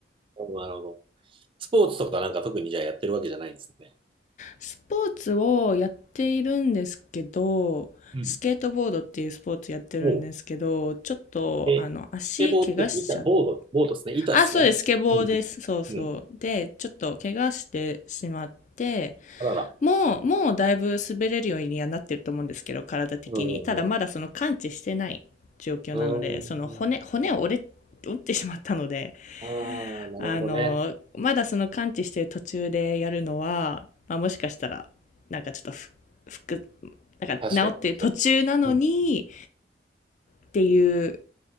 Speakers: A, on the right (about 30°); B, on the left (about 40°).
A: おうなるほど。スポーツとかなんか特にじゃあやってるわけじゃないんですね。
B: スポーツをやっているんですけど、
A: うん。
B: スケートボードっていうスポーツやってるんですけど、
A: おう。
B: ちょっと、
A: え、
B: あの、
A: スケボーって板、
B: 足怪我しちゃって、
A: ボード、ボードですね。板ですね。
B: あ、そうです、スケボーです。
A: うんうん。
B: そうそう。
A: うん
B: で、ちょっと怪我してしまって、
A: あらら。
B: もう、もうだいぶ滑れるようにはなってると思うんですけど、体的に。
A: うんうんう
B: ただまだその完治してない状況なので、
A: ん。うーん。
B: その骨、骨を折れ、折ってしまったので、
A: ああ、なるほどね。
B: あの、まだその完治してる途中でやるのは、まあ、もしかしたら、なんかちょっとふ、服、なんか治ってる途中なのに、
A: 確かに、確かに。
B: っていう、